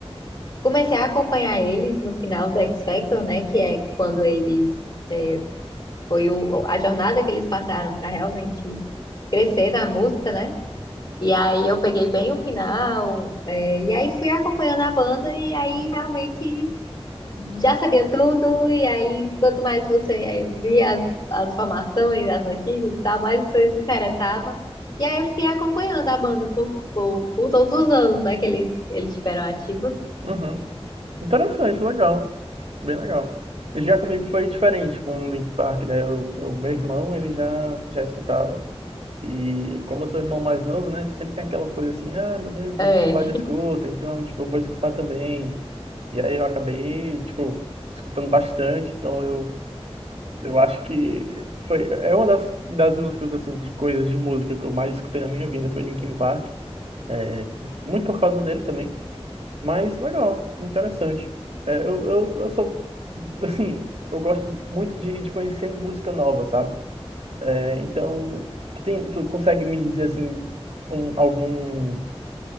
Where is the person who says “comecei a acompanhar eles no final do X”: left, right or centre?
Left